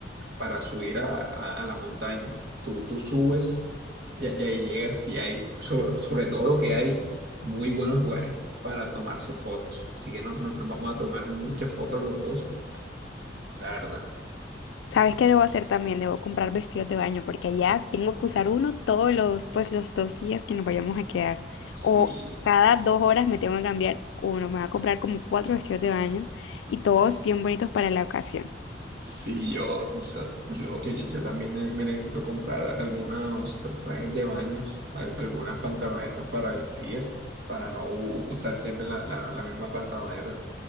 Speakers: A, on the right (about 60°); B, on the left (about 80°).
A: para subir a, a- a la montaña. Tú, tú subes ya ya ahí llegas y hay, sobre, sobre todo lo que hay, muy buenos lugares para tomarse fotos. Así que no, no- nos vamos a tomar muchas fotos los dos, la verdad.
B: ¿Sabes qué debo hacer también? Debo comprar vestidos de baño porque allá tengo que usar uno todos los, pues los dos días que nos vayamos a quedar.
A: Sí.
B: O cada dos horas me tengo que cambiar uno. Me va a comprar como cuatro vestidos de baño y todos bien bonitos para la ocasión.
A: Sí, yo, yo, yo, yo- yo también ne- me necesito comprar algunos tra- trajes de baños, al- algunas pantalonetas para vestir, para no u- usar siempre la, la- la misma pantaloneta.